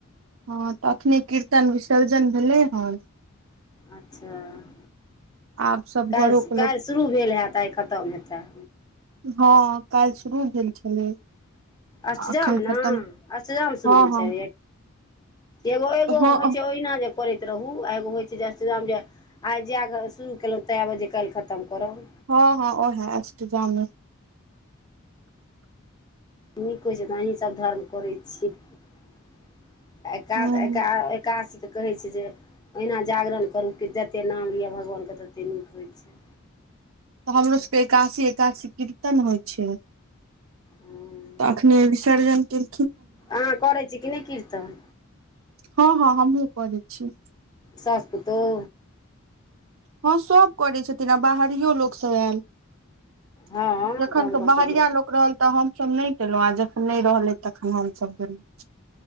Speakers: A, on the right (about 70°); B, on the left (about 20°).
A: हँ तऽ अखने कीर्तन विसर्जन भेलै हन
B: अच्छा <inaudible>
A: आप सब
B: काइल
A: घरो के
B: काइल
A: लोक
B: शुरू भेल हयैत आइ खतम हेतै
A: हँ काइल शुरू भेल छलै
B: अष्टजाम
A: आ अखन
B: न
A: खतम
B: अष्टजाम शुरू
A: हँ
B: होइ
A: हँ
B: छै एगो एगो
A: हँ
B: होइ छै ओहिना जे करैत रहू आ एगो होइ छै जे अष्टजाम जे आइ जाय ग शुरू केलौ ते बजें काइल खतम करब
A: ह ह ओहै अष्टजा में
B: नीक होइ छै तऽ अहीं सब धर्म करै छी <unintelligible>
A: हूँ
B: एकाशी केँ कहै छै जे ओहिना जागरण करू कि जतेक नाम लिअ भगवान कऽ ततेक नीक होइ छै
A: तऽ हमरो सब कऽ एकासी एकासी कीर्तन होइ छै
B: हँ
A: तऽ अखने विसर्जन केँ
B: अहाँ करै छी कि नै कीर्तन
A: हऽहऽ हमहूँ करै छी
B: सास पोतोह
A: हँ सभ करै छथिन आ बाहरियो लोक सब आयल <inaudible>
B: हँ
A: जखन
B: गाम
A: कऽ
B: घरके
A: बाहरिया
B: जे
A: लोक रहल तऽ हम सभ नै केलौ आ जखन नै रहले तखन हम सभ गेलौ